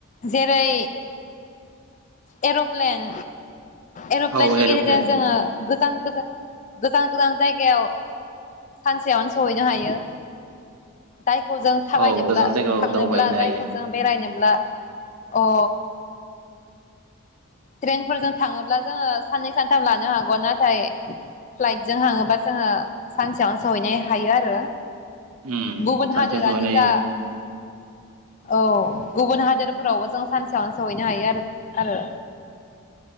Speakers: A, on the left; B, on the right.
A: जेरै एर'प्लेन एर'प्लेननि
B: औ एर'प्लेन
A: गेजेरजों जोङो गोजान गोजान गोजान गोजान जायगायाव सानसेयावनो सहैनो हायो। जायखौ जों थाबायनोब्ला
B: औ गोजान जायगायाव
A: थांनोब्ला
B: दावबायहैनो
A: जायखौ
B: हायो
A: जों बेरायनोब्ला अ ट्रेनफोरजों थाङोब्ला जोङो साननै सानथाम लानो हागौ नाथाय। फ्लाइटजों थाङोबा जोङो सानसेयावनो सहैनो हायो आरो।
B: उम
A: गुबुन
B: सानसेयाव
A: हादोरानो
B: सहैनो हायो
A: जा औ गुबुन हादोरफोरावबो जों सानसेयावनो सहैनो हायो। आरो आरो